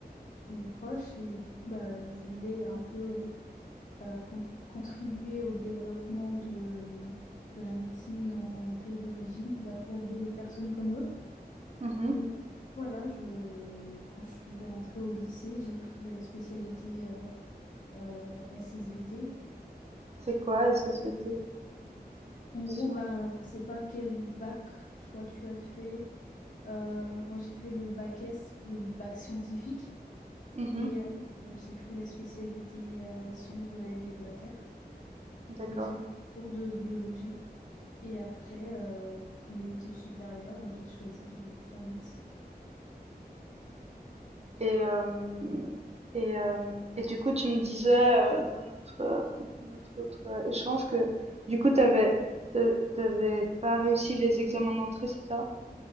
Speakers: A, on the left; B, on the right.
A: mes proches et du coup, bah, je voulais un peu euh, con- contribuer au développement de, de la médecine dans mon pays d'origine bah, pour aider les personnes comme eux.
B: Mhm.
A: Et voilà, je, quand je suis rentrée au lycée, j'ai pris euh, spécialité euh, euh, SSVT.
B: C'est quoi
A: Et
B: SSVT?
A: en gros,
B: Science.
A: bah, je ne sais pas quel bac toi tu as fait. Euh, moi, j'ai fait le bac S, le bac scientifique.
B: Mhm,
A: Et euh, j'ai pris la spécialité euh, sciences de la vie et de la terre.
B: D'accord.
A: Et j'avais des cours de biologie. Et après, euh, pour mes études supérieures, j'ai choisi de faire médecine.
B: Et, euh, et, euh, et du coup, tu me disais euh, dans notre, euh, dans notre autre euh, échange que du coup, t'avais, t'a- t'avais pas réussi les examens d'entrée, c'est ça?